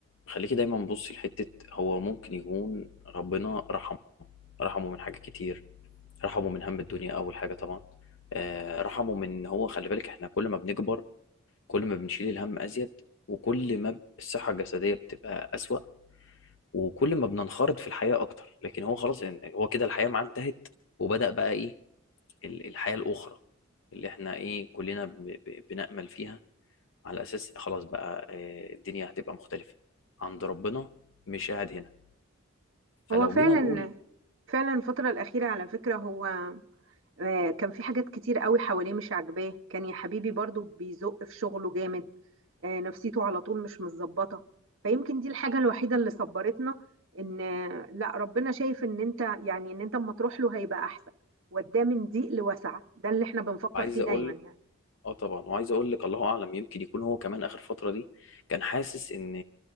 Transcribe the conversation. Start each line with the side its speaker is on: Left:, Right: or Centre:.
Left: خليكي دايما بصي لحته هو ممكن يكون ربنا رحمه رحمه من حاجات كتير رحمه من هم الدنيا اول حاجه طبعا آه، رحمه من إن هو خلي بالك احنا كل ما بنكبر كل ما بنشيل الهم ازيد وكل ما الصحه الجسديه بتبقى اسوأ وكل ما بننخرط في الحياه اكتر لكن هو خلاص يعني هو كده الحياه معاه انتهت وبدأ بقى ايه ال- الحياه الاخرى اللي احنا ايه كلنا بن- ب- بنأمل فيها على اساس خلاص بقى آه، الدنيا هتبقى مختلفه عند ربنا مش قاعد هنا فلو
Right: هو فعلا
Left: جينا نقول
Right: فعلا الفتره الاخيره على فكره هو آه، كان في حاجات كتير قوي حواليه مش عاجباه كان يا حبيبي برضو بيزق في شغله جامد آه، نفسيته على طول مش متظبطة فيمكن دي الحاجة الوحيدة اللي صبرتنا ان آه، لا ربنا شايف ان انت يعني ان انت اما تروح له هيبقى احسن وداه من ضيق لوسعة ده اللي احنا بنفكر
Left: عايز
Right: فيه
Left: اقول
Right: دايما يعني
Left: اه طبعا وعايز اقول لك الله اعلم يمكن يكون هو كمان اخر فتره دي كان حاسس ان